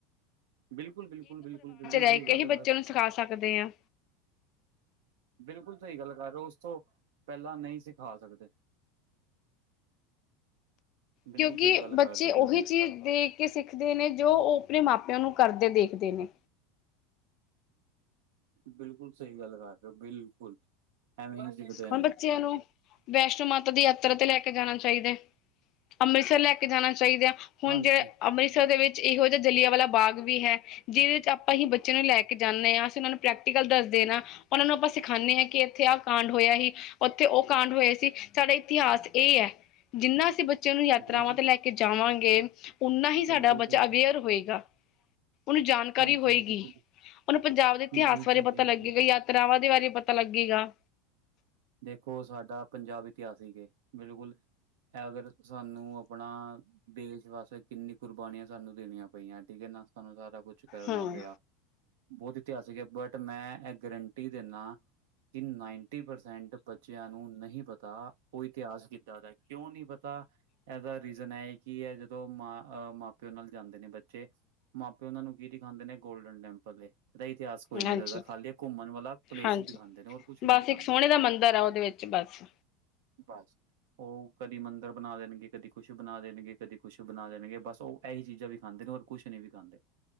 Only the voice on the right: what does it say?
ਬਿਲਕੁਲ ਬਿਲਕੁਲ ਬਿਲਕੁਲ ਬਿਲਕੁਲ
ਸਹੀ
ਗੱਲ
ਕਰ ਰਹੇ,
ਬਿਲਕੁਲ ਸਹੀ ਗੱਲ ਕਰ ਰਹੇ ਹੋ ਉਸ ਤੋਂ ਪਹਿਲਾਂ ਨਹੀਂ ਸਿਖਾ ਸਕਦੇ ਬਿਲਕੁਲ
ਸਹੀ ਗੱਲ
ਕਰ ਰਹੇ ਹੋ
ਤੁਸੀਂ
ਬਿਲਕੁਲ ਸਹੀ ਗੱਲ ਕਰਦੇ ਹੋ ਬਿਲਕੁਲ ਐਵੇਂ ਹੀ ਸਿੱਖਦੇ
ਨੇ
ਹਾਂਜੀ
ਬਿਲਕੁਲ
ਬਿਲਕੁਲ
ਬਿਲਕੁਲ
ਹਾਂਜੀ
ਹਾਂਜੀ
ਜੀ, ਜੀ,
ਜੀ,
ਜੀ, ਜੀ।
ਦੇਖੋ ਸਾਡਾ ਪੰਜਾਬ ਇਤਿਹਾਸਿਕ ਏ ਬਿਲਕੁਲ ਹੈ, ਅਗਰ ਸਾਨੂੰ ਆਪਣਾ ਦੇਸ਼ ਵਾਸਤੇ ਕਿੰਨਨੀ ਕੁਰਬਾਨੀਆਂ ਸਾਨੂੰ ਦੇਣੀਆਂ ਪਈਆਂ ਠੀਕ ਹੈ ਨਾ ਸਾਨੂੰ ਸਾਰਾ ਕੁਛ ਕਰਨਾ
ਪਿਆ ਬਹੁਤ ਇਤਿਹਾਸਿਕ ਹੈ ਬਟ ਮੈਂ ਇਹ ਗਰੰਟੀ ਦਿੰਨਾ ਕਿ ਨਾਈਨਟੀ ਪਰਸੰਟ ਸੈਂਟ ਬੱਚਿਆਂ ਨੂੰ ਨਹੀਂ ਪਤਾ ਉਹ ਇਤਿਹਾਸ ਕਿੱਦਾਂ ਦਾ ਕਿਉਂ ਨਹੀਂ ਪਤਾ ਇਹਦਾ ਰੀਜ਼ਨ ਹੈ ਇਹ ਕਿ ਇਹ ਜਦੋਂ ਮਾਂ ਮਾਂ ਪਿਓ ਨਾਲ ਜਾਂਦੇ ਨੇ ਬੱਚੇ ਮਾਂ ਪਿਓਨਾਂ ਨੂੰ ਕੀ ਦਿਖਾਉਦੇ ਨੇ ਗੋਲਡਨ ਟੈਂਪਲ ਏ, ਇਹਦਾ ਇਤਿਹਾਸ ਕੋਈ ਨੀ
ਦੱਸਦਾ, ਖਾਲੀ ਇਹ ਘੁੰਮਣ ਵਾਲਾ ਪਲੇਸ
ਦਿਖਾਂਦੇ ਨੇ ਹੋਰ ਕੁਛ ਨੀ
ਦਿਖਾਉਂਦੇ
ਬਸ ਉਹ ਕਦੀ ਮੰਦਿਰ ਬਣਾ ਦੇਣਗੇ ਕਦੀ ਕੁਛ ਬਣਾ ਦੇਣਗੇ ਕਦੀ ਕੁਛ ਬਣਾ ਦੇਣਗੇ ਬਸ ਉਹ ਇਹੀ ਚੀਜ਼ਾਂ ਵੀਖਾਂਦੇ ਨੇ ਔਰ ਕੁਛ ਨਹੀਂ ਵੀਖਾਂਦੇ